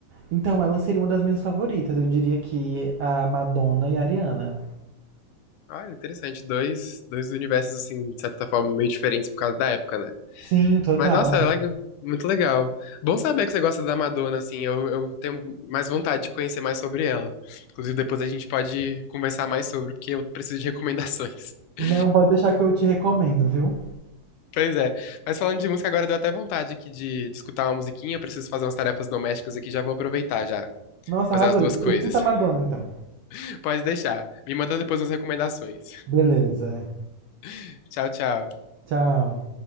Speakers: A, on the right; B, on the left.
A: Então ela seria uma das minhas favoritas, eu diria que a Madonna e a Ariana.
B: Olha, interessante. Dois, dois universos, assim, de certa forma, meio diferentes por causa da época, né?
A: Sim, total.
B: Mas, nossa, é legal. Muito legal. Bom saber que você gosta da Madonna, assim. Eu, eu tenho mais vontade de conhecer mais sobre ela. Inclusive, depois a gente pode conversar mais sobre, porque eu preciso de recomendações.
A: Não,
B: <laughs>
A: pode deixar que eu te recomendo, viu?
B: Pois é. Mas falando de música, agora deu até vontade aqui de, de escutar uma musiquinha. Eu preciso fazer umas tarefas domésticas aqui, já vou aproveitar já.
A: Nossa,
B: Fazer
A: arrasou.
B: as duas
A: Escu-
B: coisas.
A: Escuta a Madonna então.
B: <laughs> Pode deixar. Me manda depois umas recomendações.
A: Beleza.
B: <laughs> Tchau, tchau.
A: Tchau.